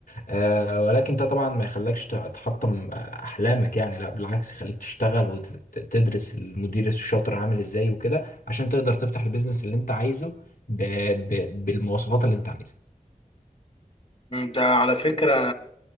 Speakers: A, on the left (about 75°); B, on the left (about 40°).
A: آه، ولكن ده طبعا ما يخليكش ت- تحطم آه، احلامك يعني لا بالعكس يخليك تشتغل وتدرس المدير الشاطر عامل ازاي وكده عشان تقدر تفتح البيزنس اللي انت عايزه ب... ب... بالمواصفات اللي انت عايزها
B: يعني ده على فكرة